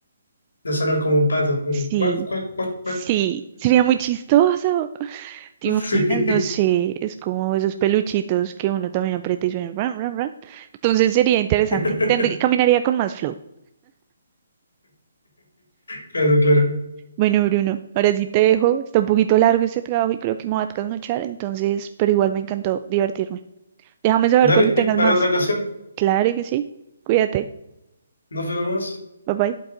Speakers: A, on the left; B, on the right.
A: de sonar como un pato, un
B: Sí,
A: cuac, cuac, cuac, cuac.
B: sí, sería muy chistoso. ¿Te imaginas?
A: Sí.
B: No sé, es como esos peluchitos que uno también aprieta y suena ran, ran, ran. Entonces sería interesante.
A: <laughs>
B: Tendré- caminaría con más flow.
A: Claro, claro.
B: Bueno, Bruno, ahora sí te dejo. Está un poquito largo este trabajo y creo que me voy a trasnochar, entonces, pero igual me encantó divertirme. Déjame saber
A: Dale,
B: cuando tengas
A: para
B: más.
A: otra ocasión.
B: Claro que sí. Cuídate.
A: Nos vemos.
B: Bye bye.